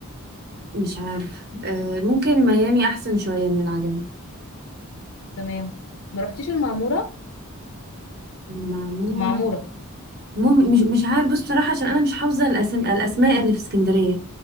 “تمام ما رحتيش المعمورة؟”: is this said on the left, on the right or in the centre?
Left